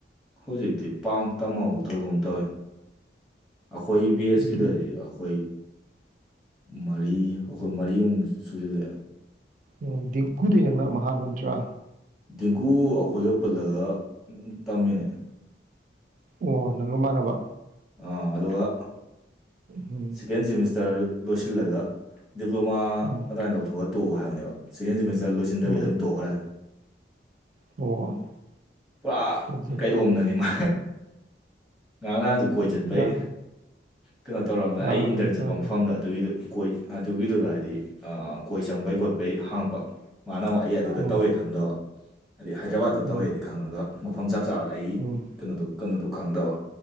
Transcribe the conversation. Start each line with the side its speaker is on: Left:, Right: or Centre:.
Centre: ꯍꯧꯖꯤꯛꯇꯤ ꯄꯥꯡ ꯇꯝꯍꯧꯗ꯭ꯔꯒꯨꯝ ꯇꯧꯋꯦ ꯑꯩꯈꯣꯏ ꯕꯦꯁꯀꯤꯗꯂꯩꯌꯦ
Right: ꯗꯤꯡ
Centre: ꯑꯩꯈꯣꯏ ꯃꯔꯤ ꯑꯩꯈꯣꯏ ꯃꯔꯤꯃꯨꯛ ꯁꯨꯖꯤꯜꯂꯛꯑꯦ
Right: ꯑꯎ ꯗꯤꯡꯀꯨꯗꯩ ꯅꯪꯅ ꯃꯈꯥ ꯅꯠꯇ꯭ꯔꯥ
Centre: ꯗꯤꯡꯀꯨ ꯑꯩꯈꯣꯏꯒ ꯄꯨꯜꯂꯒ ꯇꯝꯃꯤꯅꯦ
Right: ꯑꯣ ꯅꯪꯒ ꯃꯥꯟꯅꯕ
Centre: ꯑꯥ ꯑꯗꯨꯒ
Right: ꯎꯝ
Centre: ꯁꯦꯀꯦꯟ ꯁꯦꯃꯤꯁꯇ꯭ꯔ ꯂꯣꯏꯁꯤꯜꯂꯒ ꯗꯤꯄ꯭ꯂꯣꯃꯥ
Right: ꯎꯝ
Centre: ꯑꯗꯨꯃꯥꯏꯅ ꯂꯧꯊꯣꯛꯑꯒ ꯇꯣꯛꯑꯣ ꯍꯥꯏꯕꯅꯦꯕ ꯁꯦꯀꯦꯟ ꯁꯦꯃꯤꯁꯇꯔ ꯂꯣꯏꯁꯤꯟꯗꯕꯤꯗ
Right: ꯎꯝ
Centre: ꯑꯗꯨꯝ ꯇꯣꯛꯈ꯭ꯔꯦ
Right: ꯑꯣ
Centre: ꯄꯨꯔꯥ
Right: ꯐꯖꯩ
Centre: ꯀꯩꯗꯣꯝꯗꯅꯤ ꯃꯥ ꯉꯍꯥꯡ ꯅꯍꯥꯟꯁꯨ ꯀꯣꯏꯕ ꯆꯠꯄꯩ
Right: ꯌꯥ
Centre: ꯀꯩꯅꯣ ꯇꯧꯔꯝꯕ
Right: ꯇꯥꯔꯕꯅꯤ
Centre: ꯑꯩ ꯏꯟꯇ꯭ꯔꯟ ꯆꯠꯄ
Right: ꯎꯝ
Centre: ꯃꯐꯝꯗꯣ ꯑꯗꯨꯒꯤꯗꯨ ꯀꯣꯏ ꯑꯗꯨꯒꯤꯗꯨꯗ ꯍꯥꯏꯗꯤ ꯀꯣꯏ ꯆꯪꯕꯩ ꯈꯣꯠꯄꯩ ꯍꯥꯡꯄ ꯃꯥꯅ ꯃꯥ ꯑꯩ ꯑꯗꯨꯗ
Right: ꯎꯝ
Centre: ꯇꯧꯋꯦ ꯈꯪꯗꯕ ꯍꯥꯏꯗꯤ ꯍꯥꯏꯗ꯭ꯔꯕꯥꯠꯇ
Right: ꯎꯝ
Centre: ꯇꯧꯋꯦꯗꯤ ꯈꯪꯉꯒ ꯃꯐꯝ ꯆꯞ ꯆꯥꯕꯗ ꯑꯩ
Right: ꯎꯝ
Centre: ꯀꯩꯅꯣꯗꯣ ꯀꯩꯅꯣꯗꯣ ꯈꯪꯗꯕ